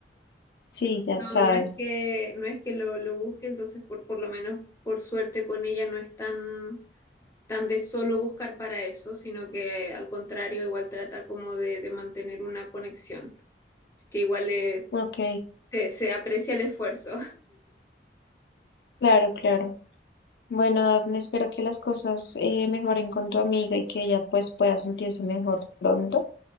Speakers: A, on the left; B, on the left.
A: Sí, ya sabes.
B: No, no es que, no es que lo, lo busque, entonces por, por lo menos por suerte con ella no es tan, tan de solo buscar para eso, sino que al contrario igual trata como de, de mantener una conexión. Así que igual es-
A: Ok,
B: se se aprecia el esfuerzo.
A: claro, claro. Bueno, Dafne, espero que las cosas eh, mejoren con tu amiga y que ella pues pueda sentirse mejor pronto.